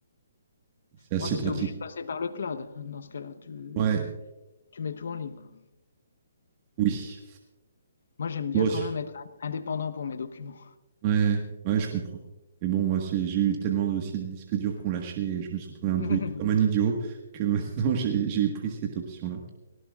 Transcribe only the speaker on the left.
Ouais, mais
tu
es obligé de passer par le cloud dans ce cas-là. Tu,
tu mets tout en ligne, quoi.
Moi, j'aime bien
quand
même être indépendant pour mes documents.
<laughs>